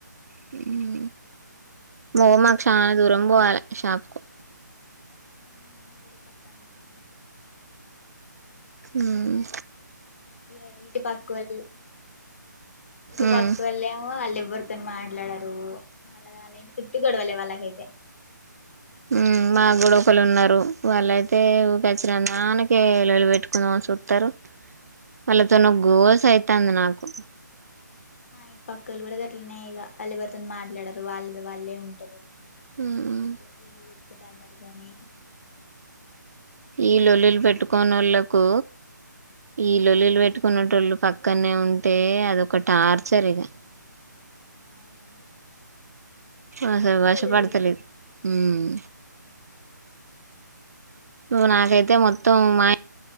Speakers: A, on the right (about 55°); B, on the left (about 45°).
A: హు ఓ మాకు చాలా దూరం పోవాలి షాప్ కు
B: ఆహా మకి పక్కనే <inaudible>
A: అమ్
B: ఇగ ఇటు పక్క వాళ్ళ ఇటు
A: ఉమ్,
B: పక్క వాళ్ళ ఏమో వాళ్ళు ఎవ్వరితోనూ మాట్లాడరు వాళ్ళ వాళ్ళ ఇంటి చుట్టు గొడవాలే వాళ్ళకైతే
A: ఉమ్ మా కూడా ఒకళ్ళు ఉన్నారు వాళ్ళయితే ఊపచ్చిన దానికి లోల్లి పెట్టుకుని చూస్తారు వాళ్ళతో గోస్ అయితంది నాకు
B: మా ఇంటి పక్కలు కూడా గట్లనే ఇక వాళ్ళు ఎవరితోను మాట్లాడరు వాళ్ళది వాళ్ళే ఉంటారు
A: ఉమ్,
B: ఓకే లోల్లి పెట్టు ఒక అందరకు గాని
A: ఈ లొల్లులు పెట్టుకోని వాళ్ళకు ఈ లొల్లు లు పెట్టుకున్నోళ్ళు పక్కనే ఉంటే అదొక టార్చర్ ఇగా
B: ఆ అవును
A: ఆసలు వర్షం
B: వెల్లుల్లిలు
A: పడుతలేదు ఉమ్ ఇగో నాకైతే మొత్తం మా